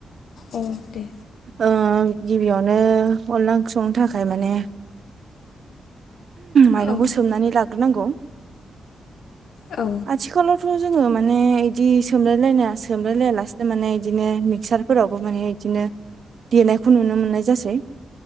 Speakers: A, on the left; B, on the right.
A: औ अ दे
B: ओ गिबियावनो अनला ओंख्रिंनो थाखाय माने माइरंखौ
A: औ
B: सोमनानै लाग्रोनांगौ
A: औ
B: आथिखालावथ' जोङो माने बिदि सोमलायलायनाया सोमलायलाया लासेनो माने बिदिनो मिक्सार फोरावबो माने इदिनो देनायखौ नुनो मोननाय जासै।